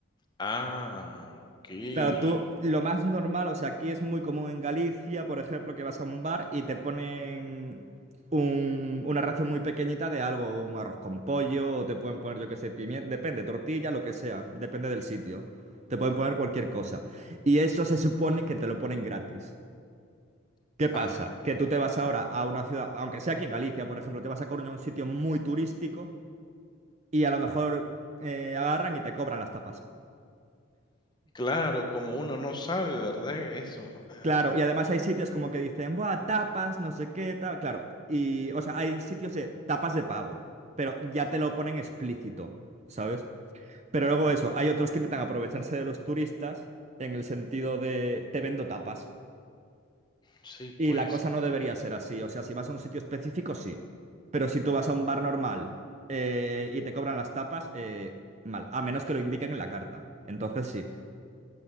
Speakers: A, on the left; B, on the right.
A: ah, okey.
B: Claro, tú, lo más normal, o sea, aquí es muy común en Galicia, por ejemplo, que vas a un bar y te ponen un- una ración muy pequeñita de algo, un arroz con pollo, o te pueden poner, yo qué sé, pimiento, depende, tortilla, lo que sea, depende del sitio. Te pueden poner cualquier cosa. Y eso se supone que te lo ponen gratis. ¿Qué pasa?
A: Ah,
B: Que tú te vas ahora a una ciudad, aunque sea aquí en Galicia, por ejemplo, te vas a Coruña, a un sitio muy turístico y a lo mejor eh, agarran y te cobran las tapas.
A: claro, como uno no sabe, ¿verdad? Eso. Ah,
B: Claro, y además hay sitios como que dicen, buah, tapas, no sé qué, tal. Claro, y, o sea, hay sitios de tapas de pago, pero ya te lo ponen explícito, ¿sabes? Pero luego
A: mm,
B: eso, hay otros que intentan aprovecharse de los turistas en el sentido de, te vendo tapas.
A: sí, pues.
B: Y la cosa no debería ser así. O sea, si vas a un sitio específico, sí. Pero si tú vas a un bar normal eh, y te cobran las tapas, eh, mal. A menos que lo indiquen en la carta. Entonces sí.